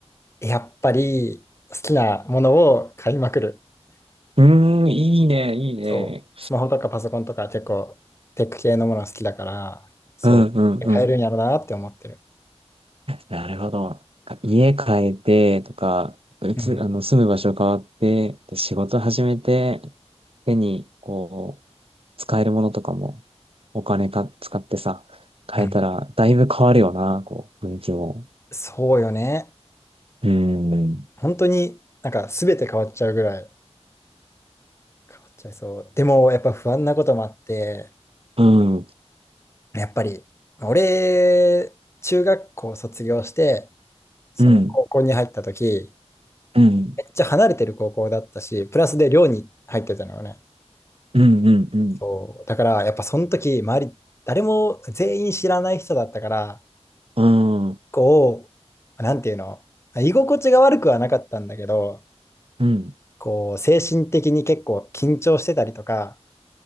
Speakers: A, on the left (about 25°); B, on the right (about 55°).
A: やっぱり好きなものを買いまくる。
B: うーん、いいね、いいね。
A: そう。スマホとかパソコンとか結構テック系のもの好きだから、そう。
B: うんうんうん。
A: 買えるんやろうなって思ってる。
B: なるほど。なんか家変えてとか、うつ、
A: うん。
B: あの、住む場所変わって、で、仕事始めて、手に、こう、使えるものとかも、お金か、使ってさ、変えたら、
A: うん。
B: だいぶ変わるよな、こう、雰囲気も。
A: そうよね。
B: うーん、
A: 本当になんか全て変わっちゃうぐらい変わっちゃいそう。でもやっぱ不安なこともあって、
B: うん、うん、
A: やっぱり、俺、中学校卒業して、その高校に入った時、
B: うん、うん、
A: めっちゃ離れてる高校だったし、プラスで寮に入ってたのよね。
B: うん、うん、
A: そう。だから、やっぱその時、周り、誰も全員知らない人だったから、
B: うん、
A: こう、なんていうの、居心地が悪くはなかったんだけど、
B: うん。
A: こう、精神的に結構緊張してたりとか、